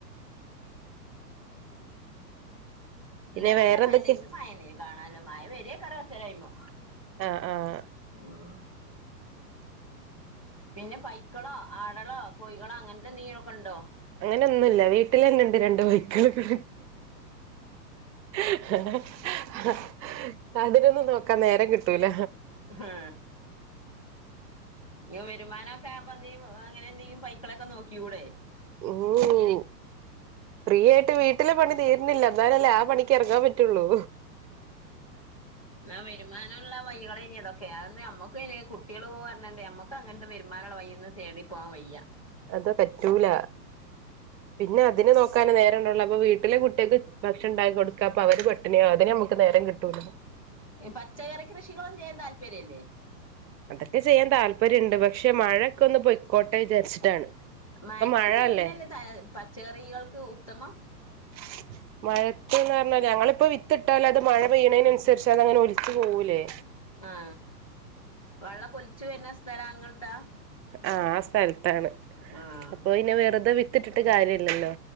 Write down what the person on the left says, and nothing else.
ഇന്നലെ
നല്ല
മയന്നെ
ഇന്നും മയന്നെ <unintelligible> മയ വരേകാരും കുറച്ചേരം കയ്യുമ്പോ.
ഉം. പിന്നെ പൈക്കളോ ആടളോ കോഴികളോ അങ്ങനത്തെ എന്തെങ്കിലും ഒക്കെ ഉണ്ടോ
ഹാ വരുമാനൊക്കെ <unintelligible> അങ്ങനെ എന്തെങ്കും പൈക്കളൊക്കെ നോക്കികൂടെ.
ആ വരുമാനോള്ള വൈകള ഇനി ഇതൊക്കെ അ നമ്മക്ക് കുട്ടികള് പോ പറഞ്ഞണ്ടേമ്മക്ക്. അങ്ങനത്തെ വരുമാനള്ള വയ്യൊന്നും തേടി പോവാൻ വയ്യാ.
പച്ചക്കറി കൃഷികളും ചെയ്യാൻ താല്പര്യം ഇല്ലേ
മയത്ത്
ചൈനല്ലേ
പച്ചക്കറികൾക്ക് ഉത്തമം
ആ വെള്ളക്കെ ഒലിച്ച് വരുന്ന സ്ഥലാ ഇങ്ങൾടെ
ആഹ്